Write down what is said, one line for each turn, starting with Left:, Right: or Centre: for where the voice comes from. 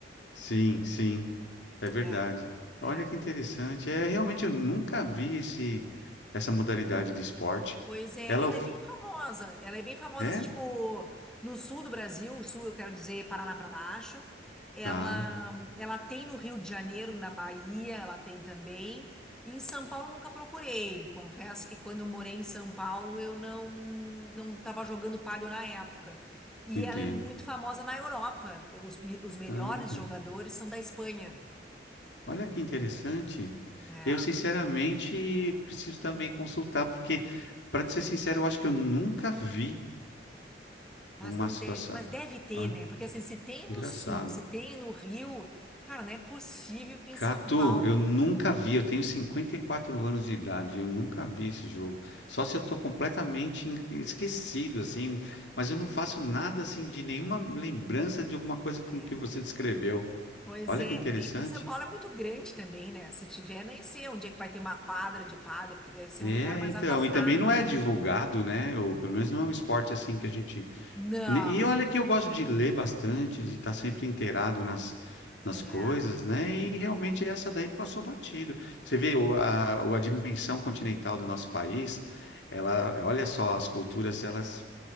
Left: Sim, sim, é verdade.
Centre: É, é.
Left: Olha que interessante. É, realmente eu nunca vi esse essa modalidade de esporte.
Centre: Pois é,
Left: Ela
Centre: ela
Left: of-
Centre: é bem famosa. Ela é bem famosa,
Left: é?
Centre: assim, tipo, no sul do Brasil, sul, eu quero dizer, Paraná para baixo. Ela,
Left: Tá.
Centre: ela tem no Rio de Janeiro, na Bahia, ela tem também. E em São Paulo nunca procurei. Confesso que quando eu morei em São Paulo, eu não não estava jogando pádel na época. E
Left: Entendo.
Centre: ela é muito famosa na Europa. Eu- os, me- os melhores
Left: Olha,
Centre: jogadores são da Espanha.
Left: olha que interessante.
Centre: É.
Left: Eu, sinceramente, preciso também consultar, porque, para ser sincero, eu acho que eu nunca vi
Centre: Mas
Left: uma
Centre: não
Left: situação.
Centre: de... mas deve ter,
Left: Olha,
Centre: né? Porque assim, se tem no
Left: engraçado.
Centre: sul, se tem no Rio, cara, não é possível que em
Left: Catu,
Centre: São Paulo.
Left: eu nunca vi. Eu tenho 54 anos de idade, eu nunca vi esse jogo. Só se eu tô completamente enga- esquecido, assim, mas eu não faço nada, assim, de nenhuma lembrança de alguma coisa com
Centre: É.
Left: que você descreveu.
Centre: Pois
Left: Olha
Centre: é,
Left: que interessante.
Centre: é que São Paulo é muito grande também, né? Se tiver, nem sei onde é que vai ter uma quadra de pádel, porque deve ser
Left: É,
Centre: um lugar mais
Left: então,
Centre: afastado.
Left: e também não é divulgado, né? Ou pelo menos não é um esporte assim que a gente.
Centre: Não,
Left: Ne- E olha que eu gosto de ler bastante, de estar sempre inteirado nas, nas
Centre: é.
Left: coisas, né? E realmente essa daí passou batido. Você vê o, a, o- a dimensão continental do nosso país, ela, olha só, as culturas elas,